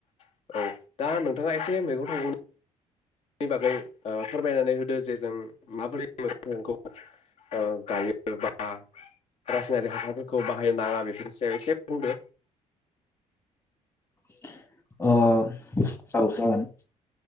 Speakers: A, on the left (about 55°); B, on the left (about 20°).
A: औ दा नोंथाङा एसे मैगं-थाइगंनि बेनि बागै फोरमायनानै होदो जे जों माबोरै मैगंखौ ओ गायो बा रासायनारिक हासारफोरखौ बाहायनो नाङा बेफोरनि सायाव एसे बुंदो
B: <inaudible> ओ ओ जागोन